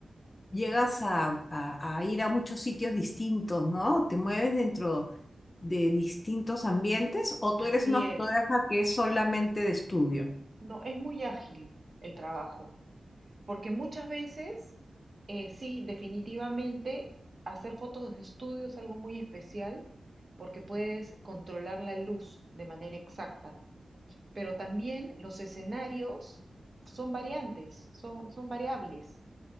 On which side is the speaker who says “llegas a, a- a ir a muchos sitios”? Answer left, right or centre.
Left